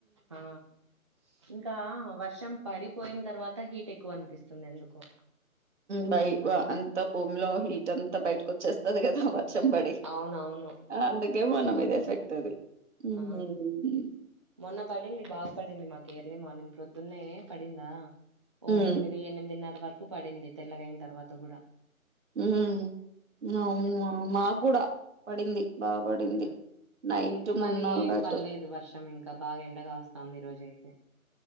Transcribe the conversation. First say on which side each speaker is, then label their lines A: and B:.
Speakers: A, on the right; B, on the right.
A: ఆ ఇంకా వర్షం పడిపోయిన తర్వాత హీట్ ఎక్కువ అనిపిస్తుంది ఎందుకో
B: బయట అంతా భూమిలో హీట్ అంతా బయటకు వచ్చేస్తది కదా చంబడి
A: అవునవును
B: అందుకే మన మీద ఎఫెక్ట్ అది ఉమ్.
A: ఆ మొన్న పడింది బాగా పడింది మాకు ఎర్లీ మార్నింగ్ ప్రొద్దున్నే పడిందా ఓ
B: ఉమ్,
A: ఎనిమిది ఎనిమిదిన్నర వరకు పడింది తెల్లగయిన తర్వాత కూడా
B: ఉమ్. అవును మా- మాకు కూడా పడింది బాగా పడింది
A: అవునా
B: నైట్
A: ఇంకా
B: మొన్న
A: మళ్ళీ ఏం
B: కూడాటు
A: పర్లేదు వర్షం ఇంకా బాగా ఎండ కాస్తంది ఈ రోజ అయితే